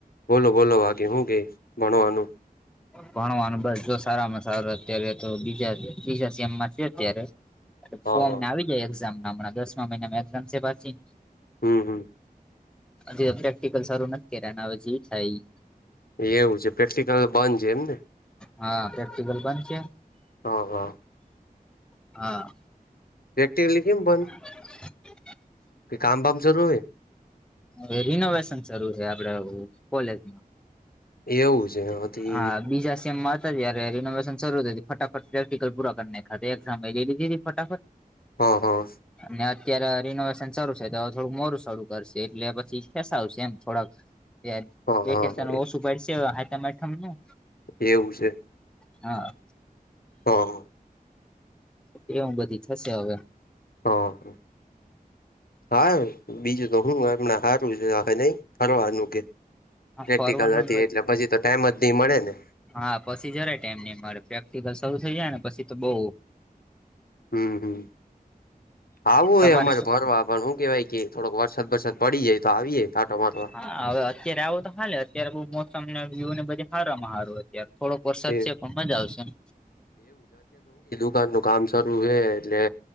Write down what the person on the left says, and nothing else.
બોલો બોલો બાકી હુ કેય? ભણવાનું.
હા
હા
હમ, હમ.
એવું છે પ્રેક્ટિકલ બંધ છે એમને,
હ, હા.
<unintelligible> કેમ બંધ?
કે કામ બામ શરૂ ને?
એવું
છે હજી
હ હ.
હા
હા
એવું છે?
હ હ.
હા. <unintelligible> બીજું તો હુ હમણાં હારું છે હવે નઈ, ફરવાનું કે પ્રેક્ટિકલ
હતી એટલે પછી તો ટાઈમ નહી મળેને.
હમ્મ હમ્મ. આવવું
હોય અમારે
ફરવા પણ હુ કેવાય કે થોડોક વરસાદ-બરસાદ પડી જાય, તો આવીએ આટો મારવા.
એ
ઘરનું કામ ચાલુ હે એટલે